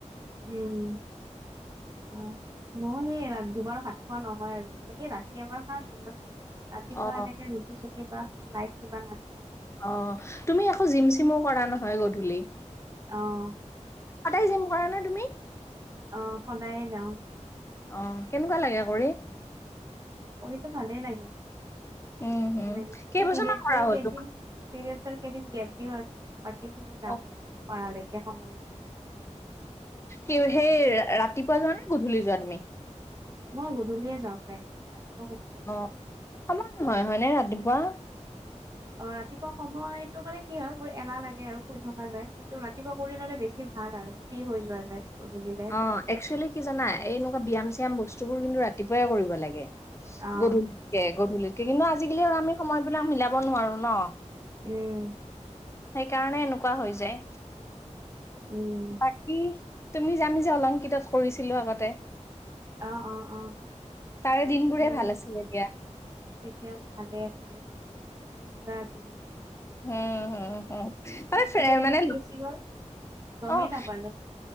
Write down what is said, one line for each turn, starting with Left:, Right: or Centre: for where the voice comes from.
Right: উম। আঁহ। মই সেই ৰা দুবাৰ ভাত খোৱা নহয় আৰু মানে সেই ৰাতি এবাৰ খাওঁ দিনত ৰাতিপুৱা
Left: অ
Right: এনেকে ৰুটি চুটি বা লাইট কিবা নাচ
Left: অ তুমি আকৌ জিম চিমো কৰা নহয় গধূলি।
Right: অহঁ।
Left: সদাই জিম কৰা নে তুমি?
Right: অ সদায়ে যাওঁ।
Left: অ কেনেকুৱা লাগে কৰি?
Right: কৰিটো ভালেই লাগে,
Left: উম হম
Right: এ পিৰিয়েডচৰ
Left: কেইবছৰ মান কৰা হ'ল
Right: কেইদিন
Left: তোমাৰ
Right: পিৰিয়েডচৰ কেইদিন গেপ দিওঁ আৰু। বাকিটো যাওঁৱেই
Left: অ
Right: আৰু পাৰালৈকে সময় যেতিয়া হয়।
Left: সেই সেই ৰাতিপুৱা যোৱা নে গধূলি যোৱা তুমি?
Right: মই গধূলিয়ে যাওঁ প্ৰায় ৰাতিপুৱা খুব কম।
Left: অ সময় নহয় হয়নে ৰাতিপুৱা?
Right: অ ৰাতিপুৱা সময়তটো মানে কি হয়, মোৰ এলাহ লাগে আৰু, শুই থকা যায়, কিন্তু ৰাতিপুৱা কৰি ললে বেছি ভাল আৰু। ফ্ৰী হৈ যোৱা যায় গধূলিলে
Left: অ একচুৱেলি কি জানা এইনেকুৱা ব্যয়াম চি য়াম বস্তু বোৰ কিন্তু ৰাতিপুৱাই কৰিব লাগে।
Right: অঁ
Left: গধূলিতকে গধূলিতকে কিন্তু আজিকালি আৰু আমি সময় বিলাক মিলাব নোৱাৰো ন?
Right: উম
Left: সেইকাৰণে এনেকুৱা হৈ যায়।
Right: উম।
Left: বাকী তুমি যামি যে অলংকিতত কৰিছিলো আগতে?
Right: আহ অ আহ
Left: তাৰে দিনবোৰে
Right: উম।
Left: ভাল আছিলে দিয়া।
Right: তেতিয়া ভালে আছিলে। দাৰছিলে।
Left: উম হম হম। ম <unintelligible>
Right: কেনেকে
Left: মানে
Right: গুচি গ'ল গমেই
Left: অ-
Right: নাপালো